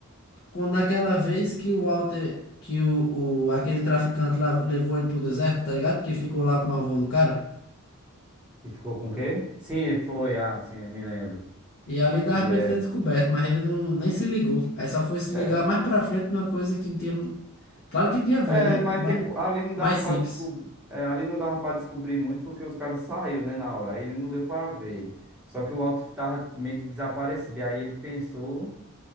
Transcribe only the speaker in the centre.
que ficou com o quê? Sim, foi, ah, sim, me lembro.
Que
é,
é,
é,
mas
tipo, ali não
dava pra
descobrir, ali não dava para descobrir muito porque os caras saíram, né, na hora, aí ele não deu para ver. Só que o Alto tava meio que desaparecido, e aí ele pensou